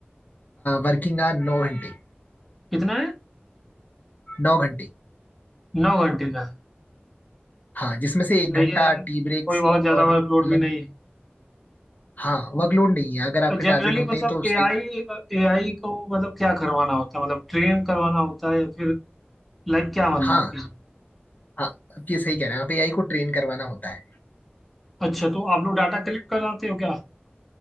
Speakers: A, on the left; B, in the centre.
A: वर्किंग आवर नौ घंटे
B: कितना है
A: नौ घंटे
B: नौ घंटे का है।
A: हाँ जिसमें से एक
B: सही
A: घंटा
B: है यार
A: टी ब्रेक्स
B: कोई बहुत
A: और
B: ज्यादा वर्कलोड
A: लंच
B: भी नहीं है
A: हाँ वर्कलोड नहीं है अगर आपके
B: जनरली
A: टारगेट होते
B: मतलब
A: हैं तो
B: एआई
A: सही
B: एआई को मतलब क्या करवाना होता है मतलब ट्रेन करवाना होता है या फिर लाइक क्या मतलब
A: हाँ
B: कि
A: हाँ आप ये सही कह रहे हैं आप एआई को ट्रेन करवाना होता है
B: अच्छा तो आप लोग डाटा कलेक्ट कराते हो क्या